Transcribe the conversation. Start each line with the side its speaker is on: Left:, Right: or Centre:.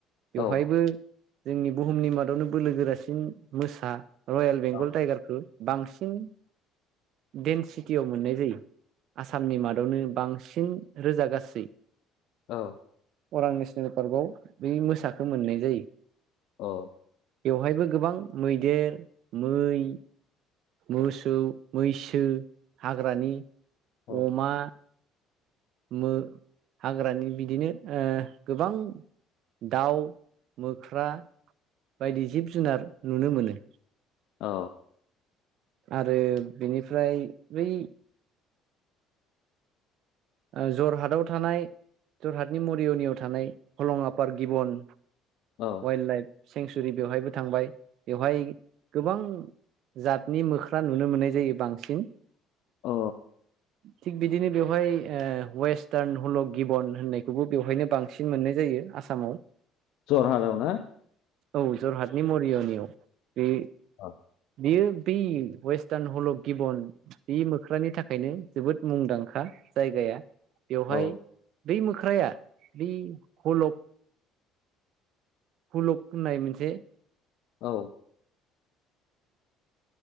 Left: औ
Right: बेवहायबो जोंनि बुहुमनि मादावनो बोलो गोरासिन मोसा रयेल बेंगल
Left: औ
Right: टाइगारखौ बांसिन डेनसिटियाव मोननाय जायो आसामनि मादाव आवनो बांसिन रोजा गासै
Left: औ
Right: अरां नेसनेल पार्कआव बे मोसाखो मोननाय जायो।
Left: अ
Right: बेवहायबो गोबां मैदेर मै मोसौ मैसो हाग्रानि
Left: औ
Right: अमा मो हाग्रानि बिदिनो ओ गोबां दाउ मोख्रा बायदि जिब जुनार नुनो मोनो।
Left: औ
Right: आरो बेनिफ्राय बै ओ जरहाटआव थानाय जरहाटनि मरिय'नियाव थानाय हलंआपार गिबन
Left: औ
Right: वेल लाइफ सेंसुरि बेवहायबो थांबाय बेवहाय गोबां जातनि मोख्रा नुनो मोननाय जायो बांसिन
Left: अ
Right: थिग बिदिनो बेवहाय ओ वेस्टार्न हल' गिबन होननायखौबो बेवहायनो बांसिन मोननाय जायो आसामाव
Left: जरहाटाव ना
Right: औ जरहाटनि मरिय'नियाव बे
Left: अ
Right: बियो बै वेस्टार्न हलक गिबन बे मोख्रानि थाखायनो जोबोद मुंदांखा जायगाया बेवहाय
Left: औ
Right: बै मोख्राया बै हलक हलग होननाय मोनसे
Left: औ